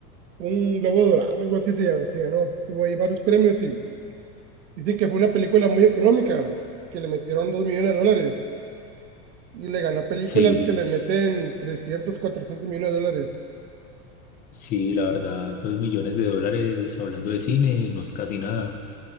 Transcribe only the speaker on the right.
un Globo Dorado, algo así se, llama- se ganó. Tuvo ahí varios premios y dicen que fue una película muy económica, que le metieron dos millones de dólares y le ganó películas
que le meten 300 400 millones de dólares.